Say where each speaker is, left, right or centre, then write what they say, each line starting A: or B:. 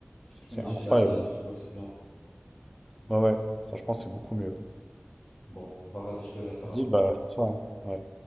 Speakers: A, on the left; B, in the centre.
A: tu
B: C'est
A: peux modifier
B: incroyable.
A: la date et tout, ouais, c'est bien.
B: Ouais, ouais, franchement, c'est beaucoup mieux.
A: Bon, bah vas-y, je te laisse alors.
B: Vas-y, bah, c'est ça. hein. Ouais.